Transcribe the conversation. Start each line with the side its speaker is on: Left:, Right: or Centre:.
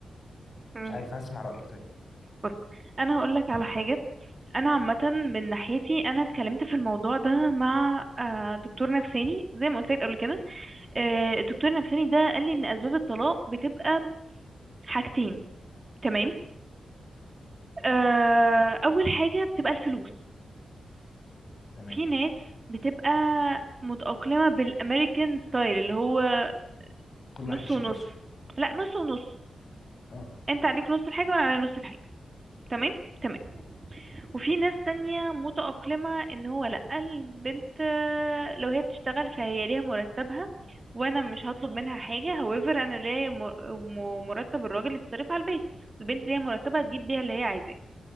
Right: مم.
Left: مش عارف عايز اسمع رأيك طيب
Right: بص انا هقول لك على حاجة انا عامة من ناحيتي انا اتكلمت في الموضوع ده مع آه، دكتور نفساني زي ما قلت لك قبل كده آه، الدكتور النفساني ده قال لي ان اسباب الطلاق بتبقى حاجتين تمام آه، اول حاجة بتبقى الفلوس
Left: تمام
Right: في ناس بتبقى متأقلمة بالأمريكان ستايل اللي هو
Left: كل
Right: نص
Left: واحد يشيل
Right: ونص
Left: نفسه
Right: لا نص ونص
Left: اه
Right: انت عليك نص الحاجة وانا عليا نص الحاجة تمام تمام وفي ناس تانية متأقلمة ان هو لا البنت آه، لو هي بتشتغل فهي ليها مرتبها وانا مش هطلب منها حاجة however انا ليا مر- م- مرتب الراجل يتصرف على البيت البنت ليها مرتبها تجيب بيها اللي هي عايزاه